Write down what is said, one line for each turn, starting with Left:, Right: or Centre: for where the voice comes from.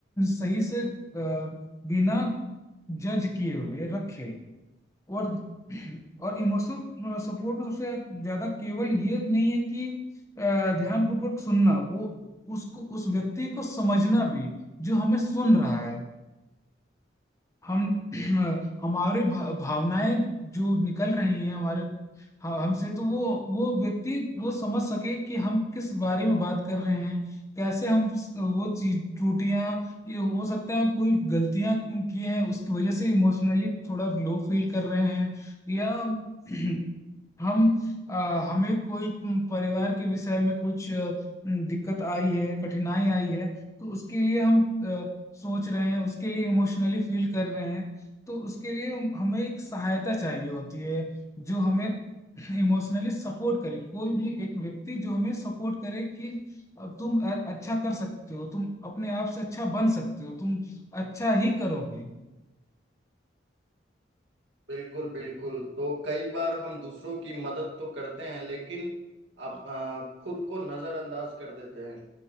Left: सही से अ, बिना जज किए हुए रखे और और इमोशनल सपोर्ट में सबसे ज्यादा केवल ये नहीं है कि ध्यान पूर्वक सुनना वो उसको उस व्यक्ति को समझना भी जो हमें सुन रहा है हम <clears throat> हमारी भा, भावनाएं जो निकल रही हैं हमारे ह- हमसे तो वो वो व्यक्ति वो समझ सके कि हम किस बारे में बात कर रहे हैं कैसे हम स- वो चीज त्रुटियां ये हो सकता है कोई गलतियां की की हैं उसकी वजह से इमोशनली थोड़ा लो फील कर रहे हैं या <clears throat> हम अ, हमें कोई म, परिवार के विषय में कुछ अ, म, दिक्कत आई है कठिनाई आई है तो उसके लिए हम सोच रहे हैं उसके लिए इमोशनली फील कर रहे हैं तो उसके लिए हम- हमें एक सहायता चाहिए होती है जो हमें इमोशनली सपोर्ट करे कोई भी एक व्यक्ति जो हमें सपोर्ट करे कि अब तुम अ- अच्छा कर सकते हो तुम अपने आप से अच्छा बन सकते हो तुम अच्छा ही करोगे
Right: बिल्कुल बिल्कुल तो कई बार हम दूसरों की मदद तो करते हैं लेकिन आप आ, खुद को नजरअंदाज कर देते हैं